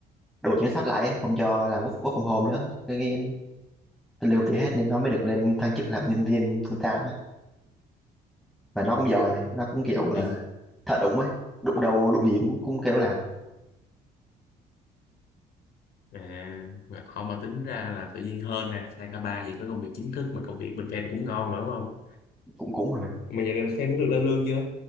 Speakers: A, in the centre; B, on the left.
A: đổi chính sách lại á, không cho làm work, work from home nữa cái game lên công ty hết nên nó mới được lên thăng chức làm nhân viên full time á mà nó cũng giỏi mày nó cũng kiểu ờ,
B: Thì-
A: thật đụng ấy đụng đầu đụng gì cũng, cũng kêu làm
B: à mà không mà tính ra là tự nhiên hơn nè sang ca ba vậy có công việc chính thức mà công việc bên fan cũng ngon mà đúng không
A: cũng cũng mà mày
B: mà giờ này fan nó được lên lương chưa